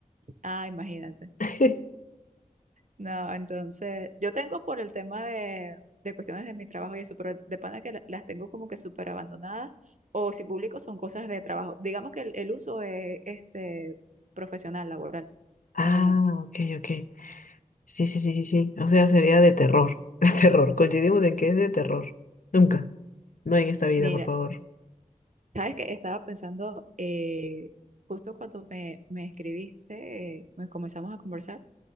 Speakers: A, on the right (about 60°); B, on the left (about 70°).
A: ah, imagínate.
B: <laughs>
A: No, entonces, yo tengo por el tema de, de cuestiones de mi trabajo y eso, pero de pana que la- las tengo como que súper abandonadas, o si publico son cosas de trabajo. Digamos que el, el uso es este, profesional, laboral,
B: Ah,
A: mayormente.
B: ok, ok. Sí, sí, sí, sí, sí. O sea, sería de terror. <laughs> De terror. Coincidimos en que es de terror. Nunca. No en esta vida,
A: Mira,
B: por favor.
A: sabes que estaba pensando, eh, justo cuando me, me escribiste, eh, me comenzamos a conversar,